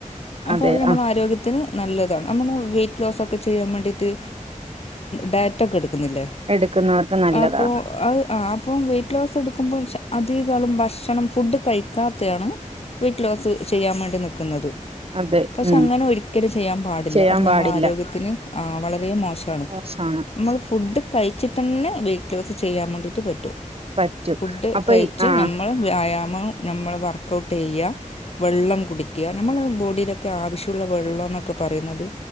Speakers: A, on the left; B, on the right.
A: അപ്പോഅത്
B: അതെ
A: നമ്മളെആരോഗ്യത്തിന്
B: ആ
A: നല്ലതാണ് നമ്മള് വെയിറ്റ് ലോസൊക്കെ ചെയ്യാൻവേണ്ടീട്ട് ഡയറ്റൊക്കെടുക് ക്നില്ലേ
B: എടുക്കുന്നവർക്ക് നല്ലതാണ്
A: ആപ്പൊ അഹ് ആ അപ്പൊ വെയിറ്റ് ലോസെടുക്കുമ്പോ അധികകാലം ഭക്ഷണം ഫുഡ്ഡ് കഴിക്കാത്തെയാണ് വൈറ്റ് ലോസ് ചെയ്യാം വേണ്ടി നിക്കുന്നത്
B: അതെ
A: പക്ഷെ
B: ഉം
A: അങ്ങനെ ഒരിക്കലും ചെയ്യാൻ പാടില്ല
B: ചെയ്യാൻ
A: അത് ഞമ്മളെ
B: പാടില്ല
A: ആരോഗ്യത്തിന് ആ വളരേ മോ ഷാണ്
B: മോശാണ്
A: മ്മള് ഫുഡ്ഡ് കഴിച്ചിട്ടെന്നെ വെറ്റ്ലോസ് ചെയ്യാംവേണ്ടീട്ട് പറ്റും
B: പറ്റും
A: ഫുഡ്
B: അപ്പൊ
A: കഴിച്ച്
B: ഈ ആ
A: നമ്മൾ വ്യായാമം നമ്മൾ വർക്കൗട്ട് ചെയ്യുക വെള്ളം കുടിക്ക നമ്മളെ ബോഡീലൊക്കെ ആവശ്യുള്ള വെള്ളംന്നൊക്കെ പറയുന്നത്